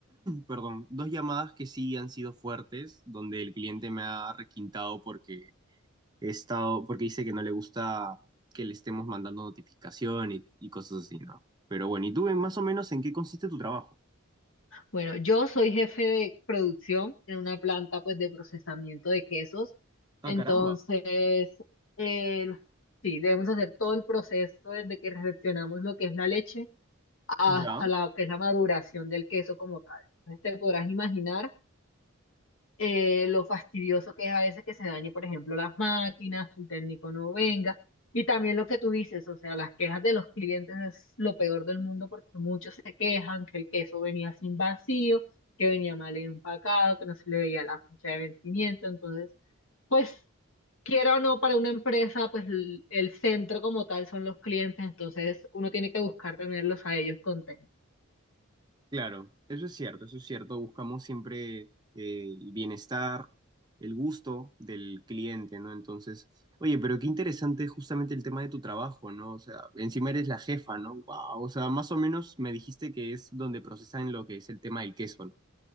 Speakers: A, on the right; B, on the left.
A: perdón, dos llamadas que sí han sido fuertes, donde el cliente me ha requintado porque he estado, porque dice que no le gusta que le estemos mandando notificación y, y cosas así, ¿no? Pero bueno, ¿y tú en- más o menos en qué consiste tu trabajo?
B: Bueno, yo soy jefe de producción en una planta pues de procesamiento de quesos.
A: Ah,
B: Entonces,
A: caramba.
B: eh, sí, debemos hacer todo el proceso desde que recepcionamos lo que es la leche hasta
A: Ya.
B: la que es la maduración del queso como tal. Entonces, te podrás imaginar eh, lo fastidioso que es a veces que se dañe, por ejemplo, las máquinas, que el técnico no venga. Y también lo que tú dices, o sea, las quejas de los clientes es lo peor del mundo porque muchos se quejan que el queso venía sin vacío, que venía mal empacado, que no se le veía la fecha de vencimiento. Entonces, pues, quiera o no, para una empresa, pues el, el centro como tal son los clientes, entonces uno tiene que buscar tenerlos a ellos contentos.
A: Claro, eso es cierto, eso es cierto. Buscamos siempre eh, el bienestar, el gusto del cliente, ¿no? Entonces, oye, pero qué interesante justamente el tema de tu trabajo, ¿no? O sea, encima eres la jefa, ¿no? Wow, o sea, más o menos me dijiste que es donde procesan lo que es el tema del queso, ¿no?